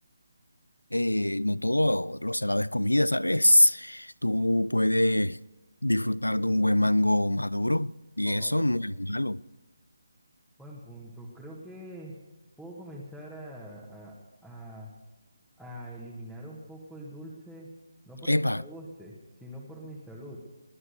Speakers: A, on the left; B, in the centre.
A: eh, no todo lo salado es comida, ¿sabes? Tú puedes disfrutar de un buen mango maduro y
B: Oh,
A: eso no es malo.
B: buen punto. Creo que puedo comenzar a, a, a eliminar un poco el dulce, no porque
A: Epa,
B: no me guste, sino por mi salud.